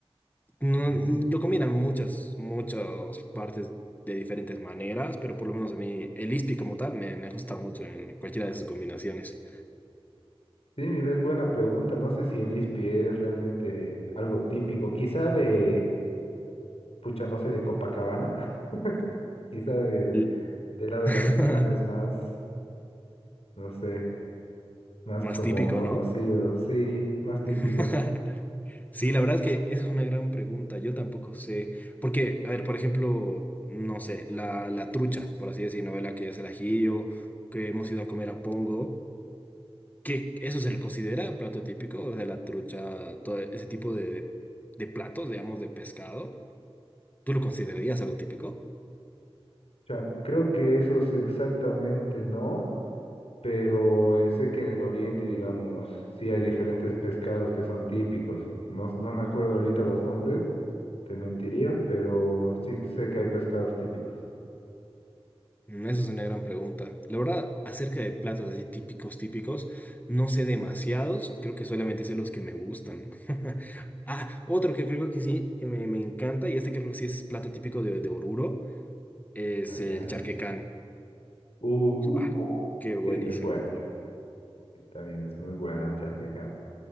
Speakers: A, on the left; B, on the left.
A: No,
B: Mm.
A: mm, lo combinan muchas, muchas partes de diferentes maneras, pero por lo menos a mí el ispi como tal me, me gusta mucho en cualquiera de sus combinaciones.
B: Sí, mira, es buena pregunta. No sé si el ispi es realmente algo típico. Quizá de, pucha, no sé, de Copacabana. <laughs> Quizá de,
A: L-
B: de la del
A: <laughs>
B: altiplano es más, no sé, más
A: Más
B: como
A: típico,
B: conocido.
A: ¿no?
B: Sí, más típico.
A: <laughs> Sí, la verdad es que esa es una gran pregunta. Yo tampoco sé. Porque, a ver, por ejemplo, no sé, la, la trucha, por así decir, novela que es el ajillo, que hemos ido a comer a Pongo, que eso se considera plato típico, o sea, la trucha, todo ese tipo de, de, de platos, digamos, de pescado. ¿Tú lo considerarías algo típico?
B: O creo que esos exactamente no. pero eh, sé que en el oriente, digamos, sí hay diferentes pescados que son típicos. No, no me acuerdo ahorita los nombres, te mentiría, pero sí sé que hay pescados típicos.
A: Mm, Esa es una gran pregunta. La verdad, acerca de platos así típicos, típicos, no sé demasiados, creo que solamente sé los que me gustan. <laughs> Ah, otro que creo que sí, eh, me, me encanta, y este creo que sí es plato típico de, de Oruro, es
B: Allá.
A: el charquecán.
B: Uh,
A: ¡Buah!
B: uh, uh.
A: Qué buenísimo.
B: Sí, es bueno. También es muy bueno el charquecán.